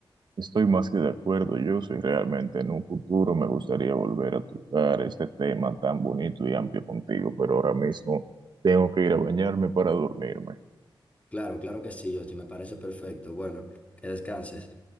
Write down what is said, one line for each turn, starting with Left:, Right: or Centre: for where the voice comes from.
Right: Estoy más que de acuerdo, yo soy realmente en un futuro me gustaría volver a tocar este tema tan bonito y amplio contigo, pero ahora mismo tengo que ir a bañarme para dormirme.
Left: Claro, claro que sí, Yoshi, me parece perfecto. Bueno, que descanses.